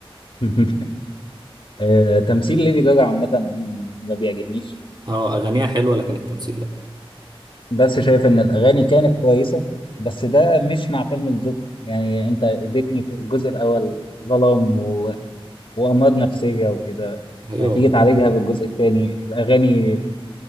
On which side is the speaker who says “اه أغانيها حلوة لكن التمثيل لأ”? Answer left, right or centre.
Right